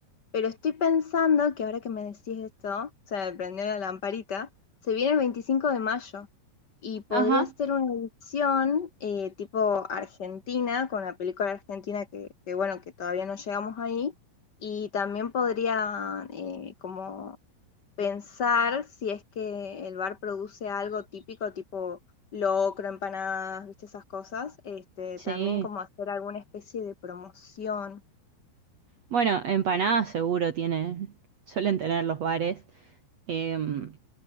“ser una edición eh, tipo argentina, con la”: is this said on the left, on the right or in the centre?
Left